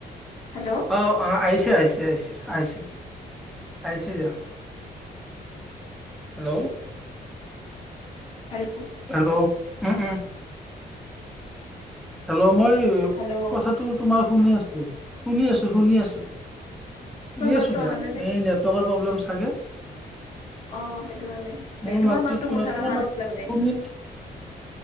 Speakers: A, on the left; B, in the centre.
A: হেল্ল'
B: অঁ অঁ আহ আহ আহিছে আহিছে আহিছে আহিছে যা হেল্ল'
A: হেল্ল'
B: হেল্ল ', উম উম। হেল্ল ', মই
A: হেল্ল'
B: কথাটো তোমাৰ? শুনি আছো শুনি আছো শুনি আছো। শুনি
A: তোমাৰ মাতটো
B: আছো দিয়া
A: অহা নাই
B: এই নেটৱৰ্কৰ প্ৰব্লেম চাগে
A: অঁ সেইটো কাৰণে
B: মোৰ
A: তোমাৰ
B: মাতটো
A: মাততো মুঠা
B: তোমাৰ
A: আহা
B: মাত
A: নাছিলে মানে
B: শুনি